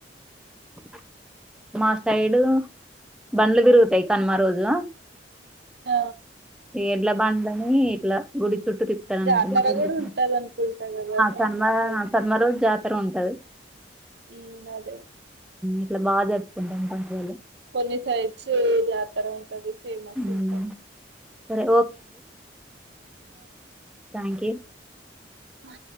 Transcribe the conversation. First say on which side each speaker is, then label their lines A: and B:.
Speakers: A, in the centre; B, on the right (about 60°).
A: <inaudible> మా సైడు బండ్లు తిరుగుతాయి కనమా రోజుల
B: అ
A: ఎడ్ల బండ్లని ఇట్లా గుడి చుట్టూ తిపుతారున్నది
B: జాతర కూడా ఉంటది అనుకుంటా కదా సంక్రాంతి
A: సన్మా సన్మ రోజు జాతర ఉంటుంది టది
B: ఇ అదే
A: ఇట్లా బాగా జరుపుకుంటాం పండుగలు
B: కొన్ని సైడేసు జ తార ఉంటది ఫేమస్
A: ఉమ్,
B: ఉంట
A: సరే థాంకి
B: ఆ